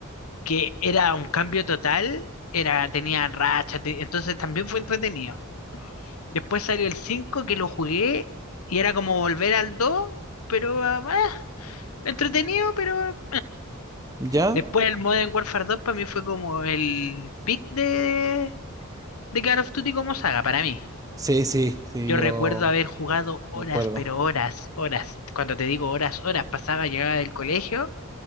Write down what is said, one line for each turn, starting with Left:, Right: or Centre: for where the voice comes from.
Left: Que era un cambio total, era, tenía racha, te- entonces también fue entretenido. Después salió el 5 que lo jugué, y era como volver al 2, pero ah, eh, entretenido, pero
Right: ¿Ya?
Left: Después el Modern Warfare 2 para mí fue como el pick de, de Call of Duty como saga, para mí.
Right: Sí, sí, sí,
Left: Yo
Right: yo.
Left: recuerdo haber jugado horas,
Right: Me acuerdo.
Left: pero horas, horas. Cuando te digo horas, horas, pasaba, llegaba del colegio